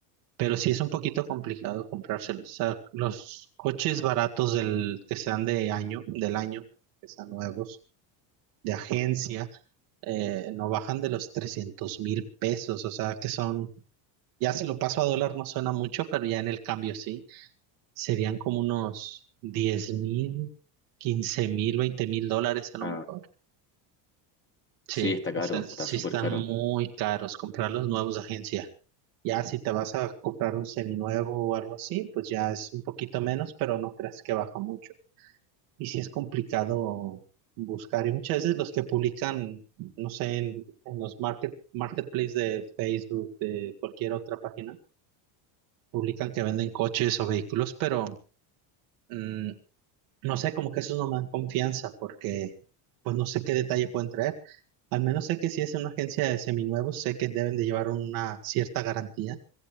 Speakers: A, on the right; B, on the left.
A: Pero sí es un poquito complicado comprárselos. O sea, los coches baratos del, que sean de año, del año, que sean nuevos, de agencia, eh, no bajan de los trescientos mil pesos. O sea, que son, ya si lo paso a dólar no suena mucho, pero ya en el cambio sí. Serían como unos diez mil, quince mil, veinte mil dólares a lo
B: Ah,
A: mejor. Sí,
B: sí, está caro,
A: o sea, sí
B: está súper
A: están
B: caro.
A: muy caros comprar los nuevos de agencia. Ya si te vas a comprar un seminuevo o algo así, pues ya es un poquito menos, pero no creas que baja mucho. Y sí es complicado buscar. Y muchas veces los que publican, no sé, en, en los market, marketplace de Facebook, de cualquier otra página, publican que venden coches o vehículos, pero mm, no sé, como que eso no me dan confianza porque pues no sé qué detalle pueden traer. Al menos sé que si es una agencia de seminuevos, sé que deben de llevar una cierta garantía,